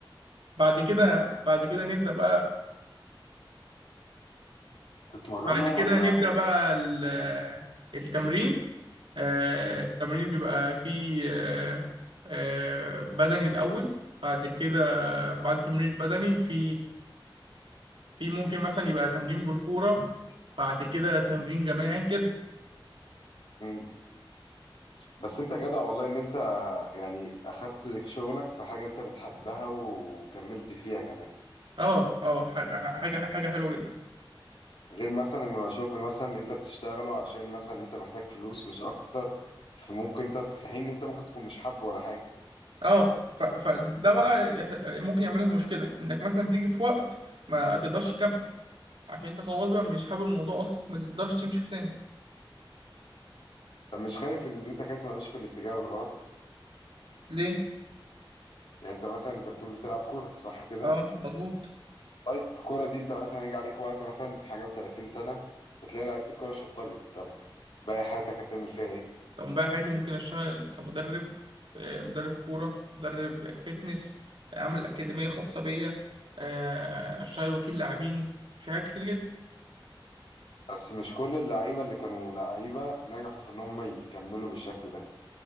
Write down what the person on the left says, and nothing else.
تتمرنوا
ولا
ولا
بتتدربوا؟
مم.
مم. بس انت جدع والله ان انت يعني اخدت شغلك في حاجه انت بتحبها وكملت فيها كمان
غير مثلا لما يبقى شغل مثلا انت بتشتغله عشان مثلا انت محتاج فلوس مش اكتر فممكن انت في حين ان انت ممكن تكون مش حابه ولا حاجه
طب مش خايف ان انت كده تبقى ماشي في الاتجاه الغلط
يعني انت مثلا انت بتقول بتلعب كوره صح كده
طيب الكوره دي انت مثلا هيجي عليك وقت مثلا حاجه و30 سنه بتلاقي لعيبه الكوره شطبت طب باقي حياتك هتعمل فيها ايه
بس مش كل اللعيبه اللي كانوا لعيبه نجحوا في ان هم يكملوا بالشكل ده